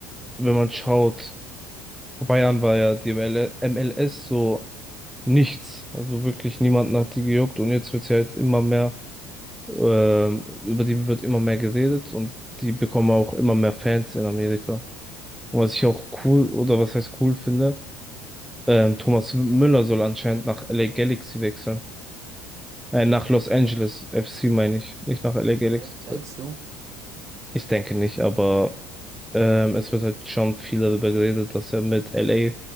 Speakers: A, in the centre; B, on the right.
A: wenn man schaut, vor Bayern war ja die ML MLS so nichts. Also wirklich niemanden hat die gejuckt und jetzt wird sie halt immer mehr, ähm, über die wird immer mehr geredet und die bekommen auch immer mehr Fans in Amerika. Und was ich auch cool oder was heißt cool finde, ähm, Thomas Müller soll anscheinend nach LA Galaxy wechseln. Äh, nach Los Angeles FC meine ich, nicht nach LA Galaxy.
B: Echt, denkst du?
A: Ich denke nicht, aber Ähm, es wird halt schon viel darüber geredet, dass er mit LA